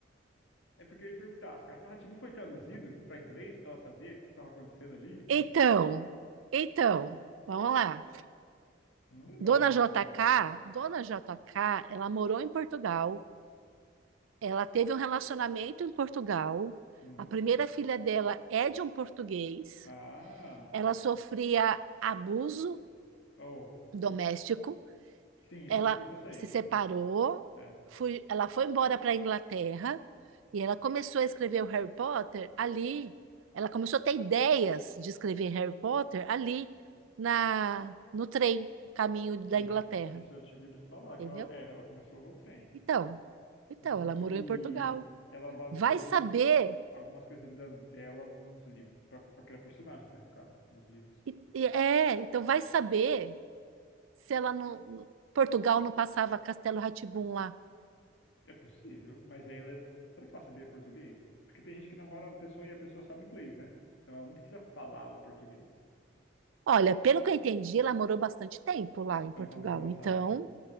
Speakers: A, on the left; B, on the right.
A: É porque eu ia perguntar. Castelo rá foi traduzido para inglês para ela saber o que estava acontecendo ali?
B: Então, então, vamos lá.
A: Não lembrava
B: Dona
A: que ela
B: J
A: tinha olhado.
B: K, Dona J K, ela morou em Portugal, ela teve um relacionamento em Portugal,
A: Hum.
B: a primeira filha dela é de um português.
A: Ah,
B: Ela sofria abuso
A: oh,
B: doméstico,
A: sim, isso,
B: ela
A: isso eu sei,
B: se
A: isso
B: separou,
A: eu sei. É,
B: fui- ela foi embora para a Inglaterra e ela começou a escrever o Harry Potter ali. Ela começou a ter ideias de escrever Harry Potter ali na no trem, caminho da
A: sim.
B: Inglaterra,
A: Isso eu tinha ouvido falar
B: entendeu?
A: que ela, é, ela começou no trem.
B: Então, então
A: E
B: ela morou em Portugal.
A: ela baseou
B: Vai saber,
A: algumas coisas da vida dela nos livros, para criar personagens, né, no caso, nos livros.
B: e- e- é, então vai saber se ela não, Portugal não passava Castelo rá lá.
A: É possível, mas aí ela, será que ela sabia português? Porque tem gente que namora uma pessoa e a pessoa sabe inglês, né? Então ela não precisa falar o português.
B: Olha, pelo que eu entendi, ela morou bastante tempo lá em
A: Então
B: Portugal.
A: talvez ela saiba.
B: Então,